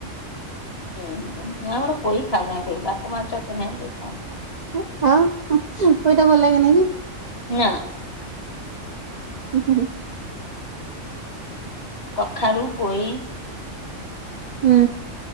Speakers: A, on the left; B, on the right.
A: ହୁଁ ହୁ ଆମର ପୋଇ ଖାଉନା କେହି ବାପ ମା ଛୁଆ କେହି ଖାଉନା।
B: ହଁ ଖାଅ ପୋଇଟା ଭଲ ଲାଗେନା କି?
A: ନା।
B: ହୁଁ ହୁଁ।
A: କଖାରୁ ପୋଇ
B: ହୁଁ।